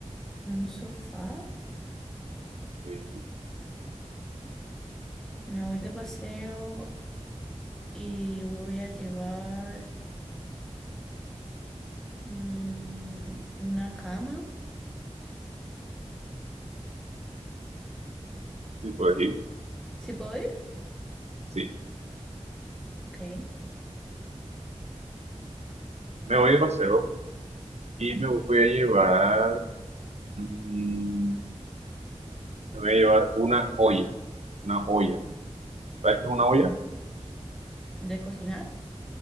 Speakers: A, in the centre; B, on the right (about 70°).
A: Un sofá.
B: sí,
A: Me voy de paseo y voy a llevar mm, una cama.
B: si puedo ir,
A: ¿Sí puedo ir?
B: sí.
A: Ok.
B: Me voy de paseo y me voy a llevar, mm, me voy a llevar una olla. Una olla. ¿Sabes qué es una olla?
A: ¿De cocinar?